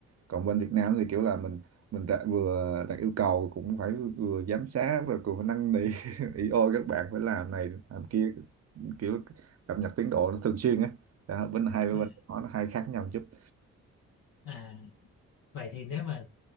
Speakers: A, on the right; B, on the left.
A: còn bên Việt Nam thì kiểu là mình mình đã, vừa đặt yêu cầu cũng phải vừa giám sát rồi cũng phải năn nỉ <laughs> ý ôi các bạn phải làm này làm kia kiểu cập nhật tiến độ nó thường xuyên á Đó, bên hai bên
B: à,
A: nó hai khác nhau chút
B: à, vậy thì nếu mà